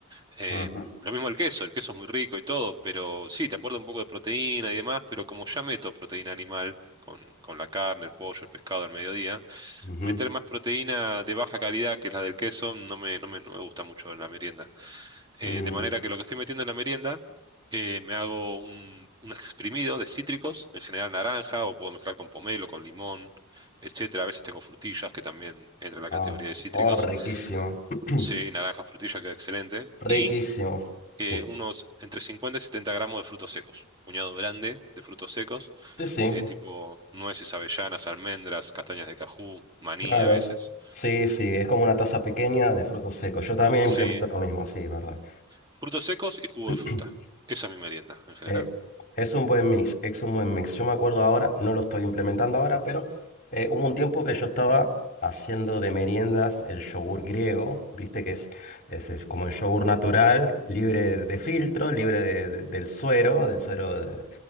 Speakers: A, on the right; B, on the left.
A: Em,
B: Ujú,
A: lo mismo el queso, el queso es muy rico y todo, pero sí, te aporta un poco de proteína y demás, pero como ya meto proteína animal con, con la carne, el pollo, el pescado al mediodía,
B: ujú,
A: meter más proteína de baja calidad que es la del queso no me, no me, no me gusta mucho en la merienda eh,
B: mm,
A: de manera que lo que estoy metiendo en la merienda, eh, me hago un, un exprimido de cítricos, en general naranja, o puedo mezclar con pomelo, con limón, etcétera. A veces tengo frutillas que también entran en la
B: ah,
A: categoría de cítricos.
B: oh, riquísimo. <clears throat>
A: Sí, naranja, frutilla, queda excelente.
B: Riquísimo.
A: Y eh,
B: Sí.
A: unos entre 50 y 70 gramos de frutos secos, un puñado grande de frutos secos,
B: Sí, sí.
A: eh, tipo nueces, avellanas, almendras, castañas de cajú, maní
B: Claro,
A: a veces.
B: s- sí, sí, es como una taza pequeña de frutos secos. Yo también
A: Sí,
B: implemento lo mismo, sí, es verdad.
A: frutos secos y jugo
B: <clears throat>
A: de fruta. Esa es mi merienda en general.
B: Eh, es un buen mix, es un buen mix. Yo me acuerdo ahora, no lo estoy implementando ahora, pero eh, hubo un tiempo que yo estaba haciendo de meriendas el yogur griego, viste que es, es el- como el yogur natural, libre de filtro, libre de- de- del suero, del suero de-